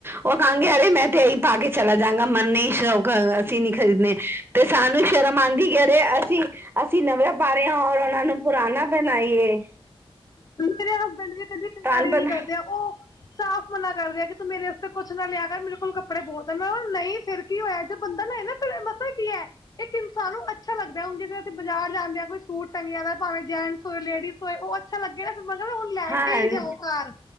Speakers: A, on the right; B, on the left.
A: ਉਹ ਕਹਾਂਗੇ ਅਰੇ ਮੈਂ ਤੇ ਇਹੀ ਪਾ ਕੇ ਚਲਾ ਜਾਗਾ ਮ ਸ਼ੌਕ ਅਸੀਂ ਨੀ ਖਰੀਦਣੇ ਤੇ ਸਾਨੂੰ ਸ਼ਰਮ ਆਦੀ ਜਿਹੜੇ ਅਸੀਂ-ਅਸੀਂ ਨਵੇਂ ਪਾ ਰਹੇ ਆ ਔਰ ਉਹਨਾਂ ਨੂੰ ਪੁਰਾਣਾ ਪਹਿਨਾਈਏ।
B: ਮੇਰੇ ਹਸਬੈਂਡ ਵੀ ਕਦੀ
A: ਤੁਹਾਨੂੰ
B: ਕੰਦਾਰੀ
A: ਪਤਾ
B: ਨੀ ਕਰਦੇ ਆ ਉਹ ਸਾਫ਼ ਮਨਾ ਕਰ ਰਿਆ ਕਿ ਤੂੰ ਮੇਰੇ ਵਸਤੇ ਕੁੱਛ ਨਾ ਲਿਆ ਕਰ ਮੇਰੇ ਕੋਲ ਕੱਪੜੇ ਬਹੁਤ ਐ ਮੈਂ ਨਹੀਂ ਫਿਰ ਕੀ ਹੋਇਆ ਜੇ ਬੰਦਾ ਨਾ ਮਤਾ ਕੀ ਐ ਇੱਕ ਇਨਸਾਨ ਨੂੰ ਅੱਛਾ ਲੱਗਦਾ ਹੁਣ ਜਿਵੇਂ ਅਸੀਂ ਬਾਜ਼ਾਰ ਜਾਂਦੇ ਆ ਕੋਈ ਸੂਟ ਟੰਗਿਆ ਦੇ ਭਾਵੇ ਜੈਂਟਸ ਹੋਏ ਲੇਡੀਜ਼ ਹੋਏ। ਅੱਛਾ ਲੱਗੇ ਨਾ ਫੇਰ ਮੰਲ ਹੁਣ ਲੈ
A: ਹਾਂ
B: ਕੇ ਹੀ ਜਾਓ ਘਰ